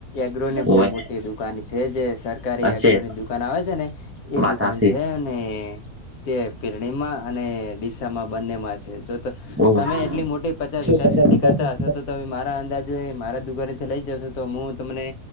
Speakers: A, on the left (about 70°); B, on the right (about 20°).
A: એગ્રો ને બહુ
B: ઓવે
A: મોટી દુકાન છે જે સરકારી
B: અછે
A: એગ્રો ની દુકાન આવે છે ને. એ
B: વાત
A: દુકાન
B: હાસી
A: છે અને તે પિરણીમા અને. શિસામાં બંનેમાં છે જો તો
B: ઓવે
A: તમે એટલી મોટી પચાસ
B: શું
A: વીખા ખેતી
B: હતા
A: કરતા
B: શું
A: હશો તો તમે મારા અંદાજ મારા દુકાનેથી લઈ જશ તો હું તમને